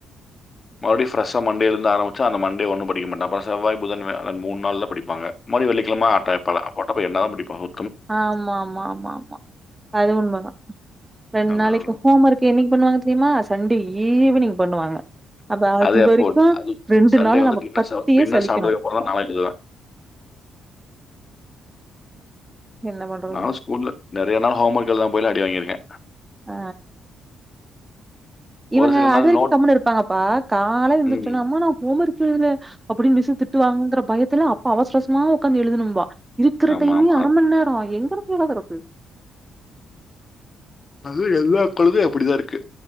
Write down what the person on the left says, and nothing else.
மறுடியு ஃப்ரெஷ்ஷா மண்டேல இருந்து ஆரம்பிச்சா அந்த மண்டே ஒன்னு படிக்க மாட்டா அப்ப செவ்வாய் புதன் வியாழன் மூனு நாள்தா படிப்பாங்க மறுவுடியு வெள்ளிக்கெழம ஆட்டாய்ப்பால அப்ப அப்ப என்னதா படிப்பாகோ
அதான்
அதான்.
அதே அப்போ
அது
சண்டே
வந்து
டின்னர்
சாப் டின்னர்
சாப்ட்டதுக்குப்பறந்தா நாலா எழுதுவே
அதனால ஸ்கூல்ல நறையா நாள் ஹோம் ஒர்க் எழுதாம போயிலா அடி வாங்கிருக்கே
ஒரு சில நாள்
நோட்
ம்
ஆமா
ஆமா
அது
அது எல்லா கழுதையு அப்புடிதா இருக்கு